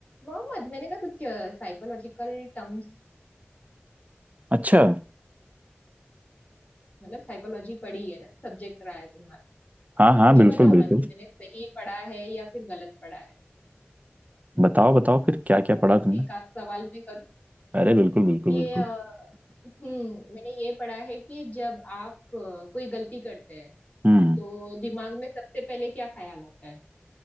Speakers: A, on the left; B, on the right.
A: मोहम्मद मैंने ना कुछ साइकोलॉजिकल टर्म्स
B: अच्छा
A: मतलब साइकोलॉजी पढ़ी है ना सब्जेक्ट रहा है तुम्हारा
B: हाँ
A: तो
B: हाँ
A: मुझे
B: बिल्कुल
A: बताओ
B: बिल्कुल
A: ना कि मैंने सही पढ़ा है या फिर गलत पढ़ा है
B: बताओ बताओ फिर क्या क्या
A: तो
B: पढ़ा तुमने
A: एक आध सवाल मैं करूं
B: अरे बिल्कुल बिल्कुल
A: कि
B: बिल्कुल
A: अ, हम्म मैंने ये पढ़ा है कि जब आप अ, कोई गलती करते हैं
B: हम्म
A: तो दिमाग में सबसे पहले क्या ख्याल आता है